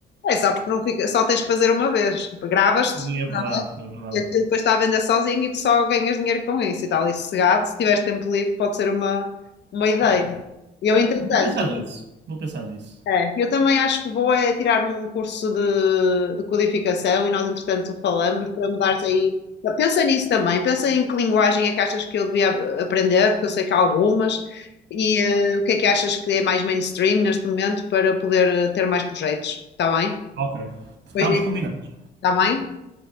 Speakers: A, on the left; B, on the right.
A: É só porque não fica, só tens que fazer uma vez. Gravas-te
B: Sim, é verdade, é verdade.
A: E aquilo depois está a vender sozinho e tu só ganhas dinheiro com isso e está ali sossegado. Se tiveres tempo livre, pode ser uma, uma ideia.
B: É.
A: Eu,
B: Olha,
A: entretanto,
B: vou pensar nisso, vou pensar nisso.
A: é, eu também acho que vou é tirar um curso de, de codificação e nós, entretanto, falamos para mudares aí. Pensa nisso também, pensa em que linguagem é que achas que eu devia ap- aprender, porque eu sei que há algumas, e eh, o que é que achas que é mais mainstream neste momento para poder eh, ter mais projetos, está bem?
B: Ok. Estamos
A: Depois disso,
B: combinados.
A: está bem?